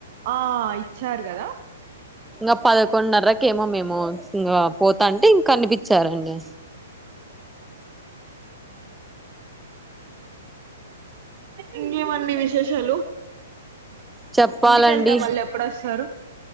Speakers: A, on the right; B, in the centre.
A: ఆ ఇచ్చారు కదా
B: ఇంకా పదకొండున్నరకెమో మేము ఇంగా పోతా అంటే కనిపిచ్చారండి
A: ఇంకేమండి విశేషాలు
B: చెప్పాలండి
A: ఇంటికెళ్తే మళ్ళీ ఎప్పుడొస్తారు